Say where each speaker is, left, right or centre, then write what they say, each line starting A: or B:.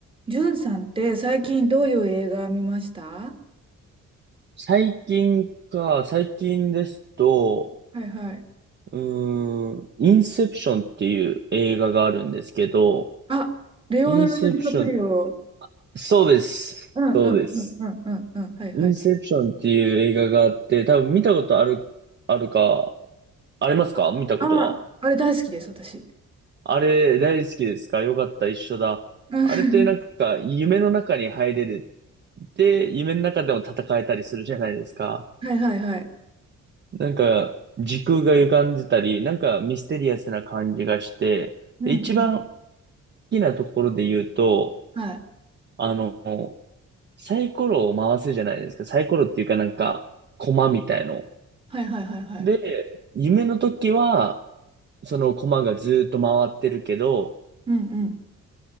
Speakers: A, on the right; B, on the right.
A: ジュンさんって最近どういう映画見ましたは
B: 最近か、最近ですと、
A: いはい。
B: うーん、インセプションっていう映画があるんですけど、
A: あ、レオナルド・
B: インセプション、
A: ディカプリオ。
B: そうです。
A: うんうんうんうんうんうん。
B: そうです。
A: はいはい。
B: インセプションっていう映画があって、多分見たことある、あるか、ありますか見たことは。
A: あ、あれ大好きです、私。
B: あれ、大好きですかよかった、一緒だ。
A: <laughs> うん
B: あれってなんか、夢の中に入れる。で、夢の中でも戦えたりするじゃないですか。
A: はいはいはい。
B: なんか、時空が歪んでたり、なんかミステリアスな感じがして、
A: うんうん。
B: で、一番好きなところで言うと、
A: はい。
B: あの、サイコロを回すじゃないですか。サイコロっていうかなんか、コマみたいの。
A: はいはいはいはい。
B: で、夢の時は、そのコマがずっと回ってるけど、
A: うんうん。